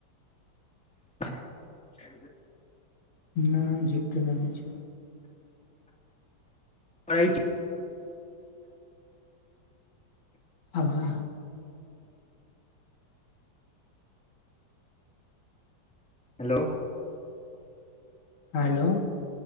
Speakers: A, in the centre; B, on the left (about 80°).
A: <unintelligible>
B: नहि जिप्टो नामे छै
A: पढ़ाई छै
B: आबा
A: हेलो
B: हायलो